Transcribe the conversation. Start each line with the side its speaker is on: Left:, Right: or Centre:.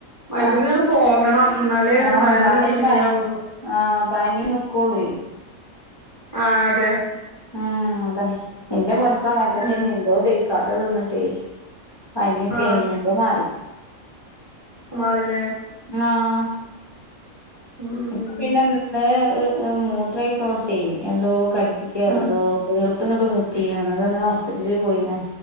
Right: വയറ്റിന്നങ്ങട്ട്
Left: ആഹ്
Right: പോകണം എന്നാലേ
Left: ആഹ്
Right: വയറ്
Left: എന്നാലേ
Right: അങ്ങട്ട് ക്ലീൻ
Left: ഈ പനി
Right: ആവുള്ളൂ
Left: ആഹ് പനീം നിക്കൊള്ള
Right: ആഹ് അതെ
Left: ആഹ് അതന്നെ എന്റെ മോന്ക്ക് അങ്ങനെ തന്നെ
Right: ഉം
Left: എന്തോ ദാഹിക്കാത്തത് തിന്നിട്ടെ പനിയൊക്കെ
Right: ആ
Left: അയിന്നു ഇപ്പോ മാറി
Right: മാറില്ലേ
Left: ആഹ്
Right: ഉം ഉം
Left: ഇപ്പൊ പിന്നെ ഇന്ത് മൂത്രമൊഴിക്കണടത്തേ എന്തോ കടിച്ചിക്ക
Right: ആ
Left: എന്തോ വീർത്തങ്ങട്ട് മുട്ടീന്ന് എന്നിട്ടിന്ന് ഹോസ്പിറ്റലിൽ പോയിന്ന